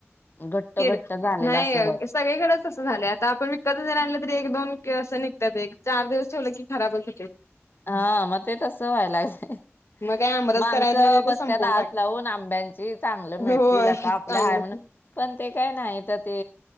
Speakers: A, on the left; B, on the left.
A: घट्ट
B: किड
A: घट्ट झालेलं
B: नाही
A: असं
B: सगळीकडेच असं झालंय आता आपण विकत जरी आणलं तरी एक दोन असं निघतात एक चार दिवस ठेवलं की खराब अस
A: हा मग ते तसं व्हायला लागलंय मग
B: मग काय आमरस
A: माणसं
B: करायचा नाही ते
A: बस्त्यात
B: संपवून
A: आस
B: टाक
A: लावून आंब्यांची चांगलं मिळतील
B: होय
A: आता
B: चांगलं
A: आपलं हाय म्हणून पण ते काय नाही तर ते